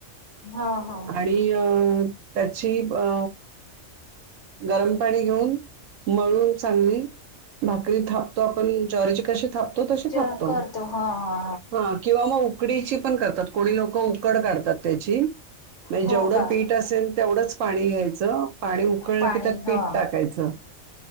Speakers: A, on the left; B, on the right.
A: हा. हा हा
B: आणि अ त्याची अ गरम पाणी घेऊन, मळून चांगली भाकरी थापतो आपण ज्वारीची कशी थापतो, तशी
A: ज
B: थापतो.
A: करतो हा हा
B: हा. किंवा मग उकडीचीपण करतात. कोणी लोकं उकड काढतात त्याची. म्हणे
A: हो
B: जेवढं
A: का
B: पी ठ असेल, तेवढंच पाणी घ्यायचं. पाणी उकळलं
A: पाणी
B: की, त्यात
A: हा
B: पीठ टाकायचं.